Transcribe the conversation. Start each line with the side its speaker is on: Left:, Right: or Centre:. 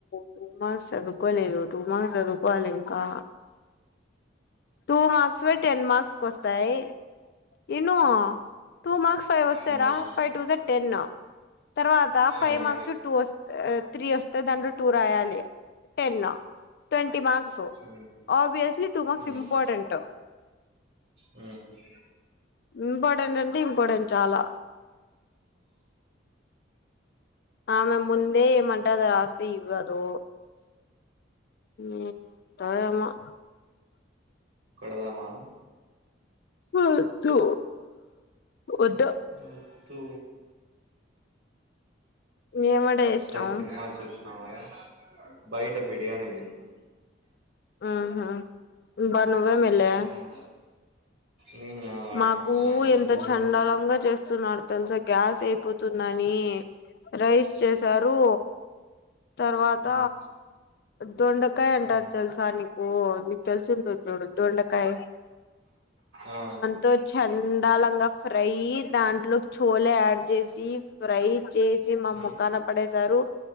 Left: టూ మార్క్స్ చదువుకోలేదు. టూ మార్క్స్ చదువుకోవలి ఇంకా. టూ మార్క్స్ వే టెన్ మార్క్స్ కొస్తాయి ఇను టూ మార్క్స్ ఫైవ్ వస్తయిరా,
Right: ఉమ్
Left: ఫైవ్ టూజ టెన్. తర్వాత ఫైవ్
Right: ఉమ్
Left: మార్క్స్ వి టూ వస్త్ ఆ త్రీ వస్తాయి, దాంట్లో టూ రాయాలి. ఎన్ ట్వంటీ మార్క్స్ ఓ
Right: ఉమ్
Left: అబ్వియోస్లీ టూ మార్క్స్
Right: ఉమ్
Left: ఇంపార్టెంట్
Right: ఉమ్ ఉమ్
Left: ఇంపార్టెంట్ అంటే ఇంపార్టెంట్ చాలా ఆమె ముందే ఏమంటది రాస్తే ఇవ్వదు ఏంటో ఏమో
Right: కొడదమా
Left: వద్దు వద్దు
Right: ఓ తూ
Left: ఏం వంట చేస్నవ్?
Right: సినిమా చూసినావరా బయట బిర్యానీ తిన్నా
Left: ఆహా బ నువ్వే మెలే
Right: ఉమ్. నేను కాదు వాడు
Left: మాకూ
Right: శ్యామ్ గాడు
Left: ఎంత
Right: జిమ్
Left: చెండాలంగ
Right: హ్మ్
Left: చేస్తున్నారు తెలుసా. గ్యాస్ అయిపో తుందని రైస్ చేసారు, తర్వాత
Right: హ్మ్ హ్మ్
Left: దొండకాయ అంటారు
Right: హ్మ్
Left: తెలుసా నీకు, నీకు తెలుసుంటుంది చూడు దొండకాయ్.
Right: ఆ
Left: తో చెండాలంగ ఫ్రై, దాంట్లోక్ చోలే ఆడ్ చేసి ఫ్రై చేసి మా
Right: హ్మ్
Left: మోకాన పడేసారు.